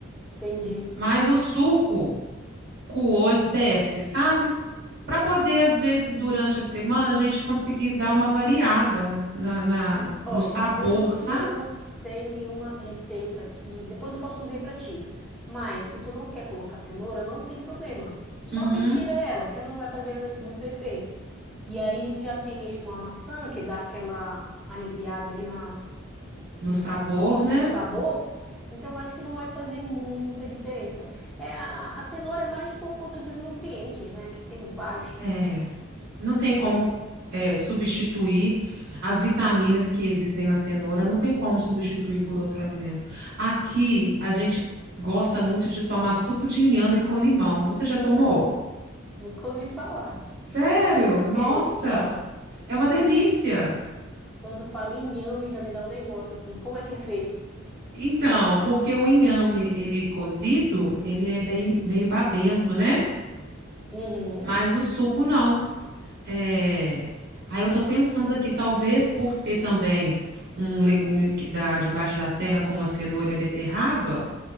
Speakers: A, in the centre; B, on the right (about 50°).
A: Entendi.
B: mas o suco coou desce, sabe? Para poder, às vezes, durante a semana, a gente conseguir dar uma variada na, na-
A: Ó,
B: no sabor,
A: eu não,
B: sabe?
A: eu não sei nenhuma receita que depois eu posso ver para ti. Mas se tu não quer colocar cenoura, não tem problema. Só
B: Uhum,
A: retira ela, que ela não vai fazer muito efeito. E aí já tem mesmo a maçã que dá aquela aliviada ali na,
B: no
A: no,
B: sabor, né?
A: no, no sabor. Então acho que não vai fazer muita diferença. É, a, a cenoura é mais por conta dos nutrientes, né? Que tem vários.
B: É, não tem como é, substituir as vitaminas que existem na cenoura, não tem como substituir por outro alimento. Aqui, a gente gosta muito de tomar suco de inhame com limão. Você já tomou?
A: Hum, Nunca ouvi falar.
B: Sério?
A: Que suco
B: Nossa,
A: é esse? Não.
B: é uma delícia.
A: Quando fala em inhame, já me dá um negócio assim. Como é que é feito?
B: Então, porque o inhame, ele cozido, ele é bem, meio babento, né?
A: Uhum.
B: Mas o suco não. É... Aí eu tô pensando aqui, talvez por ser também um legume que dá debaixo da terra, como a cenoura e a beterraba,